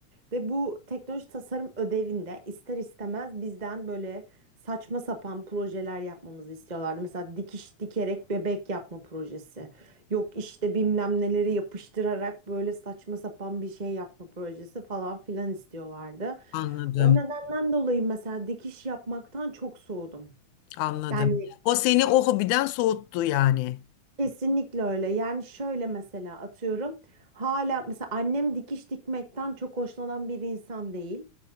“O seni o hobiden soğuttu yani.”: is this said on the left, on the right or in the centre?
Left